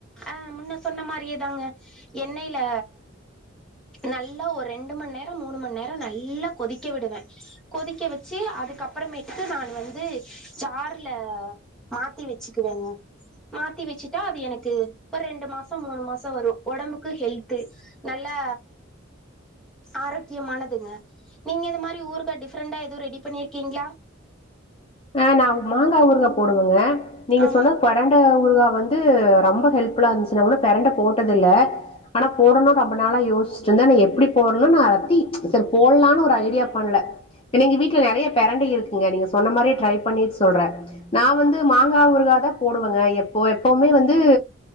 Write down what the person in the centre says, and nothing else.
அஹ் முன்ன சொன்ன மாதிரியே தாங்க எண்ணெய்ில நல்லா ஒரு ரெண்டு மணி நேரம் மூணு மணி நேரம் நல்லா கொதிக்க விடுவேன் கொதிக்க வச்சு அதுக்கப்புறமேட்டு நான் வந்து சார ல மாத்தி வச்சுக்குவேங்க மாத்தி வச்சுட்டா அது எனக்கு ஒரு ரெண்டு மாசம் மூணு மாசம் வரும் உடம்புக்கு ஹெல்து நல்லா ஆரோக்கியமானதுங்க நீங்க இது மாதிரி ஊருகா டிஃப்ரெண்டா எதுவும் ரெடி பண்ணிருக்கீங்களா
ஆ